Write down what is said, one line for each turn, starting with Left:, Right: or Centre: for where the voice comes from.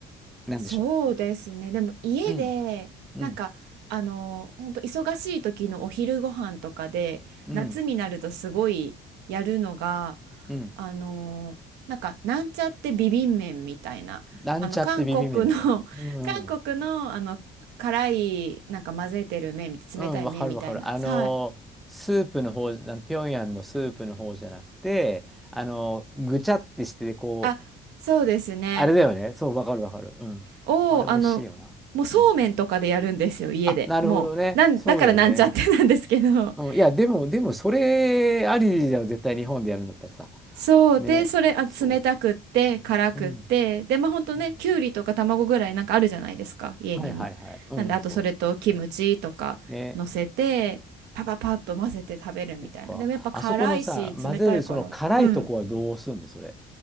Centre: なんでしょ
Right: そうですね。でも家でなんかあの本当忙しい時のお昼ご飯とかで夏になるとすごいやるのが
Centre: う。うん。うん、うん、うん。
Right: あのなんかなんちゃってビビン麺みたいなあの韓国の
Centre: なんちゃってビビ麺ね。
Right: <laughs>
Centre: うん、
Right: 韓国のあの辛いなんか混ぜてる麺冷たい麺みたいなはい
Centre: うん。うん、わかるわかる。あのー、スープの方、あの、平壌のスープの方じゃなくて、あのー、ぐちゃってして、こう、
Right: あそうですね
Centre: あれだよね。そう、わかるわかる。うん。
Right: をあの
Centre: あれ美味しいよな。
Right: もうそうめんとかでやるんですよ家でもうなんだからなんちゃってなんですけど。
Centre: うん。あ、なるほどね。そうだよね。うん、
Right: <laughs>
Centre: いや、でも、でも、それありじゃん絶対日本でやるんだったらさ。
Right: そう。
Centre: ね。
Right: で、それ、あ、冷たくって、
Centre: そ
Right: 辛くって、
Centre: う。うん。
Right: で、まあ、ほんとね、
Centre: うん
Right: きゅうりとか卵ぐらいなんかあるじゃないですか、家にも。
Centre: はいはいはい。うん、
Right: なんで、あとそれとキムチとか乗せて、
Centre: そうそう。ね。
Right: パパパッと混ぜて食べるみたいな。
Centre: そっか。
Right: でもやっぱ辛いし、
Centre: あそこのさ、混ぜるその辛いとこはどうすんの、
Right: 冷たいから。うん。
Centre: それ。